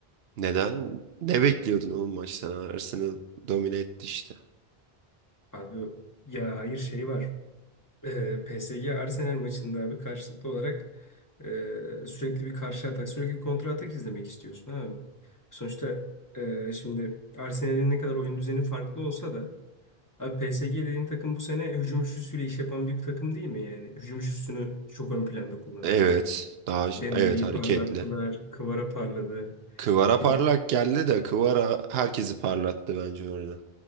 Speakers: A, on the right (about 75°); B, on the left (about 20°).
A: neden? Ne bekliyordun oğlum maçtan? Arsenal domine etti işte.
B: Abi ya hayır şey var. Ee, PSG Arsenal maçında abi karşılıklı olarak e, sürekli bir karşı atak, sürekli bir kontra atak izlemek istiyorsun abi. Sonuçta e, şimdi Arsenal'in ne kadar oyun düzeni farklı olsa da abi PSG dediğin takım bu sene hücum üçlüsüyle iş yapan bir takım değil mi yani? Hücum üçlüsünü çok ön planda kullanan.
A: Evet. Daha
B: Dembele'yi
A: evet hareketli.
B: parlattılar, Kvara parladı.
A: Kıvara parlak
B: De-
A: geldi de Kıvara herkesi parlattı bence orada.